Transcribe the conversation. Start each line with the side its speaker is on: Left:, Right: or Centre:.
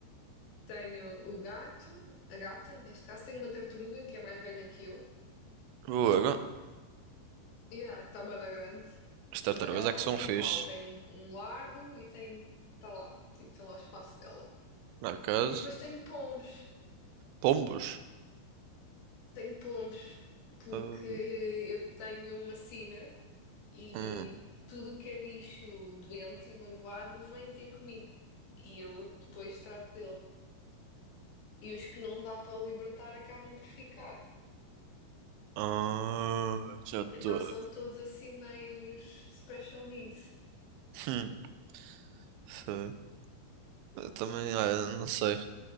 Left: Tenho o gato, a gata, neste caso. Tenho uma tartaruga que é mais velha que eu.
Right: Logo,
Left: Yeah, está bué da grande.
Right: as tartarugas
Left: Mas ela
Right: é
Left: está
Right: que
Left: no
Right: são
Left: quintal,
Right: fixe.
Left: tem um, um lago e tem, está lá, tipo, tem lá o espaço dela.
Right: Na casa,
Left: E depois tenho pombos.
Right: pombos.
Left: Tenho pombos, porque
Right: Ah,
Left: eu tenho uma sina e
Right: hum.
Left: tudo o que é bicho doente e magoado vem ter comigo. E eu depois trato dele. E os que não dá para libertar acabam por ficar.
Right: Ah, já estou.
Left: Então são todos assim meios special needs.
Right: Hum, sei. Eu também, olha, não sei.